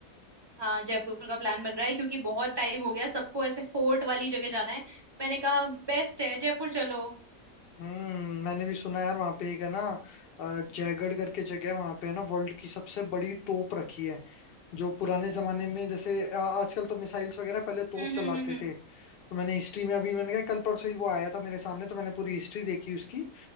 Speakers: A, on the right; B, on the left.
A: हाँ जयपुर का प्लान बन रहा है क्योंकि बहुत टाइम हो गया सबको ऐसे फोर्ट वाली जगह जाना है मैंने कहा बेस्ट है जयपुर चलो
B: हम्म मैंने भी सुना यार वहाँ पे एक है ना अ, जयगढ़ करके जगह है वहाँ पे है ना वर्ल्ड की सबसे बड़ी तोप रखी है जो पुराने जमाने में जैसे अ, आजकल तो मिसाइल्स वगैरह पहले तोप
A: हम्म
B: चलाते
A: हम्म हम्म हम्म।
B: थे तो मैंने हिस्ट्री में अभी मैंने कहा कल परसों ही वो आया था मेरे सामने तो मैंने पूरी हिस्ट्री देखी उसकी